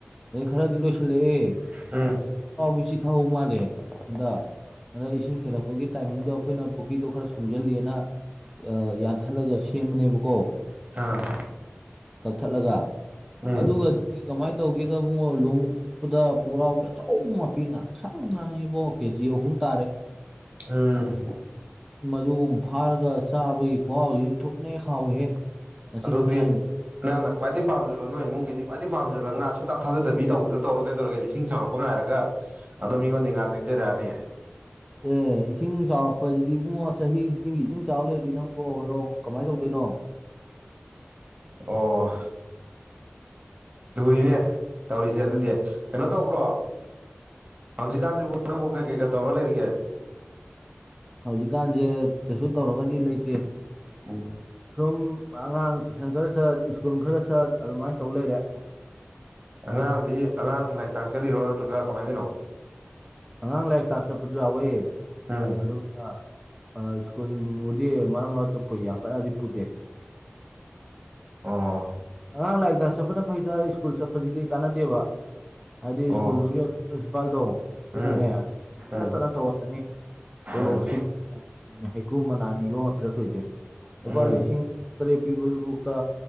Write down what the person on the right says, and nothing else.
ꯎꯝ
ꯑꯥ
ꯎꯝ
ꯎꯝ
ꯑꯗꯨꯗꯤ
ꯅꯪꯅ ꯈ꯭ꯋꯥꯏꯩ ꯄꯥꯝꯖꯕ ꯅꫭꯏ ꯏꯃꯨꯡꯒꯤꯗꯤ ꯈ꯭ꯋꯥꯏꯗ ꯄꯥꯝꯖꯕꯥ ꯉꯥ ꯁꯨꯡꯊꯥ ꯊꯥꯗꯕꯤ ꯇꯧꯔꫭ ꯀꯩꯗꯧꯔꯒꯦ ꯏꯁꯤꯡ ꯆꯥꯎꯔꯛꯄ ꯄ ꯉꯥꯏꯔꯒ ꯑꯗꯨꯝ ꯃꯤꯉꯣꯟꯗꯩ ꯉꯥꯥ ꯆꯪꯖꯔꯛꯑꯅꯤ
ꯑꯣ ꯂꯨꯔꯤꯅꯦ ꯇꯧꯔꯤꯖꯦ ꯑꯗꯨꯗꯤ
ꯀꯩꯅꯣ ꯇꯧꯕ꯭ꯔꯣ ꯍꯧꯖꯤꯛꯀꯥꯟꯖꯤꯕꯨ ꯅꯪꯕꯨ ꯀꯩ ꯀꯩꯒ ꯇꯧꯔ ꯂꯩꯔꯤꯒꯦ
ꯎꯝ
ꯑꯉꯥꯡꯗꯤ ꯑꯉꯥꯡ ꯂꯥꯏꯔꯤꯛ ꯇꯥꯛ ꯆꯠꯂꯤꯔꯣ ꯅꯠꯇ꯭ꯔꯒ ꯀꯃꯥꯏ ꯇꯧꯏꯅꯣ
ꯎꯝ
ꯑꯣ
ꯑꯣ
ꯎꯝ
ꯎꯝ
ꯎꯝ
ꯎꯝ